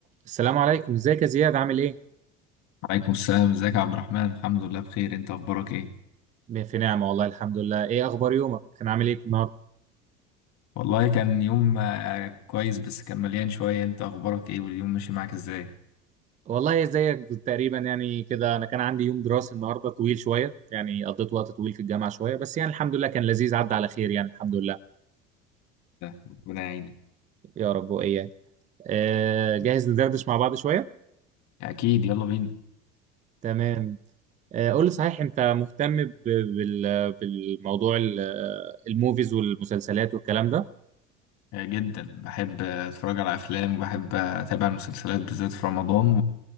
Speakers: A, on the right; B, on the left.
A: السلام عليكم ازيك يا زياد عامل ايه
B: عليكم السلام ازيك يا عبد الرحمن الحمد لله بخير انت اخبارك ايه
A: ب- في نعمة والله الحمد لله ايه اخبار يومك كان عامل ايه النهارده
B: والله كان يوم آه، كويس بس كان مليان شوية انت اخبارك ايه واليوم ماشي معاك ازاي
A: والله زيك تقريبا يعني كده انا كان عندي يوم دراسي النهارده طويل شوية يعني قضيت وقت طويل في الجامعة شوية بس يعني الحمد لله كان لذيذ عدى على خير يعني الحمد لله
B: ده، ربنا يعينك
A: يا رب واياك آه جاهز ندردش مع بعض شوية
B: اكيد يلا بينا
A: تمام آه قول لي صحيح انت مهتم ب- بال بالموضوع ال- الموفيز والمسلسلات والكلام ده
B: آه، جدا بحب آه، اتفرج على افلام وبحب آه، اتابع المسلسلات بالذات في رمضان